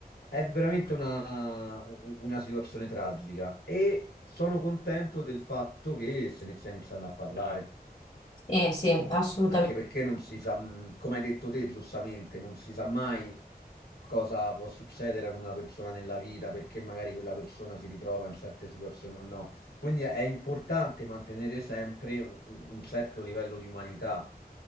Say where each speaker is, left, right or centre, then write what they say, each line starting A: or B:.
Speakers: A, on the left (about 70°); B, on the left (about 45°).
A: è veramente una, una situazione tragica e sono contento del fatto che se ne stia iniziando a parlare
B: Eh, sì, assolutamente.
A: anche perché non si sa, mh, come hai detto te giustamente, non si sa mai cosa può succedere ad una persona nella vita, perché magari quella persona si ritrova in certe situazioni o no. Quindi è importante mantenere sempre un, un certo livello di umanità